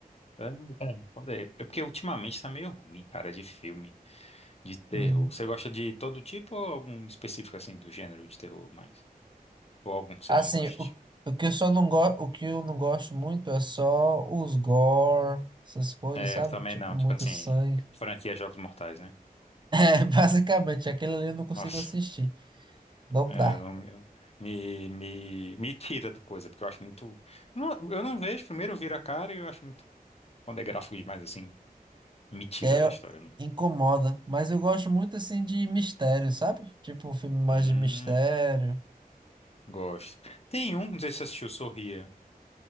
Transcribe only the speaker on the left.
É, é, pode ser. É porque ultimamente tá meio ruim, cara, de filme, de terror.
Você gosta de todo tipo ou algum específico, assim, do gênero de terror mais? Ou algum que você
não goste?
É,
eu também
não.
Tipo assim,
franquia Jogos Mortais, né?
Nossa.
É,
eu não eu- me, me, me tira do coisa, porque eu acho muito. Eu não, eu não vejo, primeiro eu viro a cara e eu acho muito. Quando é gráfico demais assim, me tira
da história. eu não-
Hum,
gosto. Tem um, não sei se você assistiu, Sorria.